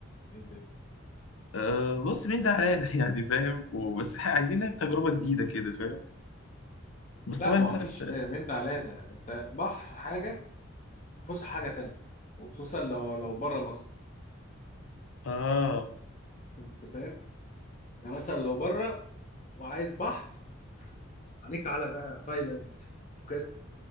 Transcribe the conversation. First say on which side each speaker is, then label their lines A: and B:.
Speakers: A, on the left; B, on the left.
A: ايه الدنيا
B: أه بص مين ده حلال <laughs> يعني فاهم وبس ح- عايزين تجربه جديده كده فاهم بس
A: لا
B: طبعا
A: ما
B: انت
A: هو
B: عارف
A: فيش م- من ده على ده انت بحر حاجه فسح حاجه تانية وخصوصا لو لو بره مصر
B: اه
A: انت فاهم يعني مثلا لو بره وعايز بحر عليك على بقى تايلاند بوكيت